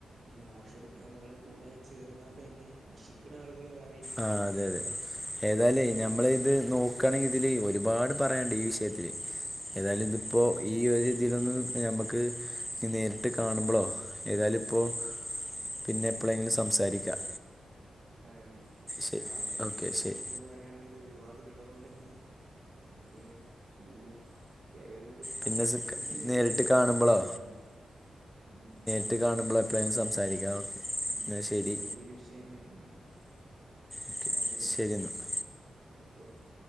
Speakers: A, on the right (about 50°); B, in the centre.
A: ഈ മോശപ്പെട്ട ആളുകൾ കൂടെ ചേർന്നാണ്ട് തന്നെ നശിക്കണ ആളുകളും വെറേ ഇണ്ട്.
B: ആ അതെ അതെ. ഏതായാലെ ഞമ്മൾ ഇത് നോക്കയാണെങ്കിൽ ഇതില് ഒരുപാട് പറയാണ്ട് ഈ വിഷയത്തില്. ഏതായാലും ഇതിപ്പോ ഈ ഒരു ഇതിലൊന്ന് ഞമ്മക്ക് നേരിട്ട് കാണുമ്പളോ ഏതായാലും ഇപ്പോ പിന്നെ എപ്പളേങ്കിലും സംസാരിക്കാം.
A: അതെ അതെ
B: ശരി
A: ആഹ് അതെ ഈ
B: ഓക്കെ
A: വിഷയത്തെ
B: ശരി
A: കുറിച്ച് ഒക്കെ പ പറയാണെങ്കില് ഒരുപാടുള്ളത് കൊണ്ട് തന്നെ നമുക്ക് ഒരു കേവലം ഒരു സമയത്തിന്റെ
B: പിന്നെ സ്
A: ദൈർഘ്യം
B: നേരിട്ട്
A: തന്നെ
B: കാണുമ്പോളോ
A: ഉള്ളാന് ഉം ഉം
B: നേരിട്ട് കാണുമ്പോൾ എപ്പളേലും സംസാരിക്കാം
A: ഉം ഉം
B: എന്നാൽ ശരി
A: ഒരു വലിയൊരു വിഷയം തന്നെയാണ്
B: ഓക്കെ,
A: എന്നാ ശരി
B: എന്നാൽ
A: ഓക്കെ ഓക്കെ